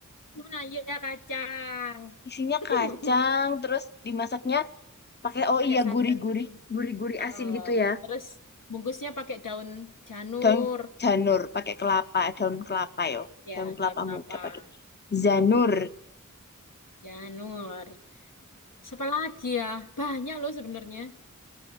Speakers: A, on the left; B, on the left.
A: Nah, iya kacang.
B: Isinya
A: <laughs>
B: kacang, terus dimasaknya pakai oh
A: Pakai
B: iya
A: santan.
B: gurih-gurih, gurih-gurih
A: Heeh.
B: asin gitu ya.
A: Terus bungkusnya pakai daun janur.
B: Daun janur pakai kelapa, eh, daun kelapa yo,
A: Ya,
B: daun kelapa
A: daun kelapa.
B: muda pakai zanur.
A: Janur. Terus apa lagi ya? Banyak loh sebenarnya.